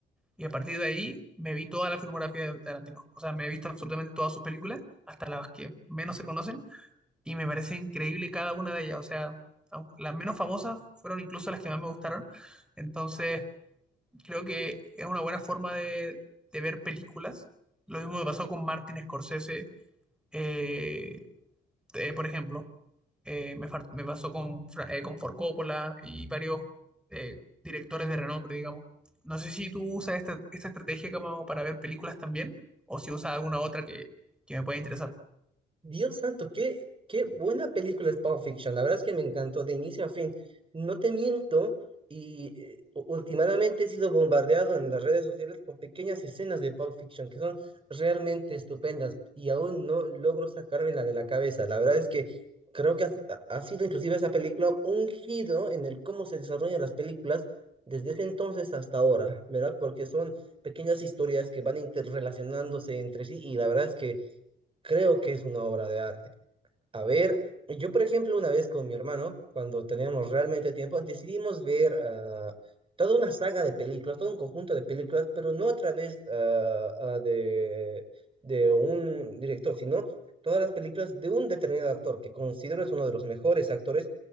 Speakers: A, in the centre; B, on the right.
A: y a partir de ahí me vi toda la filmografía de Tarantino. O sea, me he visto absolutamente todas sus películas, hasta las que menos se conocen, y me parece increíble cada una de ellas. O sea, au- las menos famosas fueron incluso las que más me gustaron. Entonces, creo que es una buena forma de, de ver películas. Lo mismo me pasó con Martin Scorsese. Eh, eh, por ejemplo, eh, me, far- me pasó con, Fra- eh, con Ford Coppola y varios eh, directores de renombre, digamos. No sé si tú usas esta, esta estrategia como para ver películas también, o si usas alguna otra que, que me pueda interesar.
B: Dios santo, qué, qué buena película es Pulp Fiction. La verdad es que me encantó de inicio a fin. No te miento, y eh, u- últimamente he sido bombardeado en las redes sociales con pequeñas escenas de Pulp Fiction que son realmente estupendas y aún no logro sacármela de la cabeza. La verdad es que creo que ha, ha sido inclusive esa película un giro en el cómo se desarrollan las películas desde ese entonces hasta ahora, ¿verdad? Porque son pequeñas historias que van interrelacionándose entre sí y la verdad es que creo que es una obra de arte. A ver, yo por ejemplo una vez con mi hermano, cuando teníamos realmente tiempo, decidimos ver ah, toda una saga de películas, todo un conjunto de películas, pero no a través ah, ah, de, de un director, sino todas las películas de un determinado actor que considero es uno de los mejores actores,